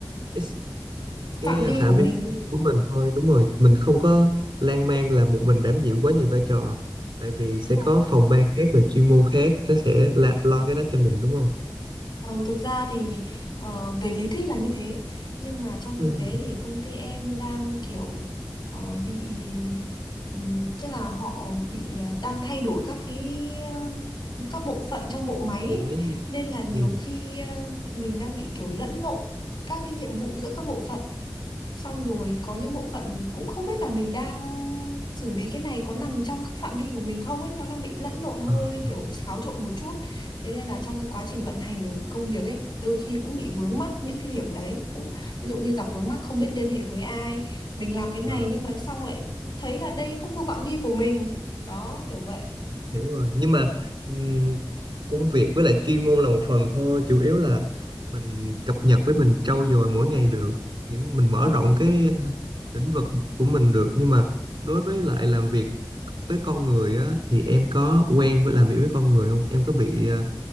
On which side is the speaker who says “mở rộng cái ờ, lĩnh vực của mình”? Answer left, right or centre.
Right